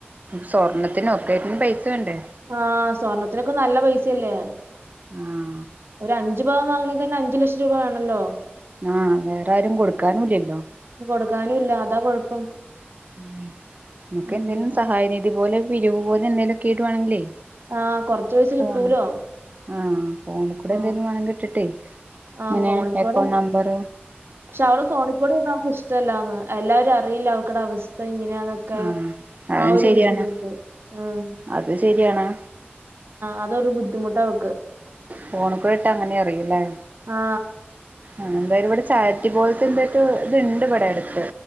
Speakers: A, on the right; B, on the right.
A: സ്വർണ്ണത്തിന് ഒക്കെറ്റിനും പൈസ വേണ്ടേ
B: ആഹ് സ്വർണ്ണത്തിനൊക്കെ നല്ല പൈസേല്ലേ
A: ആഹ്
B: ഒരഅഞ്ചു പവൻ വാങ്ങണെങ്കിൽ തന്നെ അഞ്ചു ലക്ഷം രൂപ വേണല്ലോ
A: ആഹ് വേറെ ആരും കൊടുക്കാനും ഇല്ലല്ലോ
B: കൊടുക്കാനുംല്ല അതാ കൊഴപ്പം
A: നമുക്ക്
B: ഉം
A: എന്തേലും സഹായനിധി പോലെ പിരിവു പോലെ എന്തെങ്കലുംക്കെവേണേങ്കില്
B: ആഹ് കുറച്ച് പൈസ
A: ഫോണ്
B: കിട്ടൂലോ?
A: ആഹ് ഫോണികൂടെ
B: ആ
A: എന്തെലും വേണെങ്കി ഇട്ടിട്ടേ
B: ആ
A: ങ്ങനെ
B: ഫോണിക്കൂടെ
A: അക്കൗണ്ട് നമ്പർ
B: പക്ഷെ അവള് <unintelligible> അവക്ക് ഇഷ്ടല്ലാന്ന് എല്ലാരും അറിയില്ലേ അവക്കടെ അവസ്ഥ ഇങ്ങനെ ആന്ന് ക്കെ
A: ആഹ് അതും
B: ആഹ് ഒരു
A: ശരിയാണ്
B: ബുദ്ധിമുട്ട് ആഹ്
A: അത് ശരിയാണ്
B: അതൊരു ബുദ്ധിമുട്ടാ അവക്ക്.
A: ഫോൺക്കുടെട്ടാ ങ്ങനെ അറിയുല്ലേ
B: ആ
A: ആഹ് ന്തായാലും ഇവിടെ ചാരിറ്റി പോലത്തെ ന്ധേറ്റെ ഇത്ണ്ട് ഇവിടെട് ത്ത്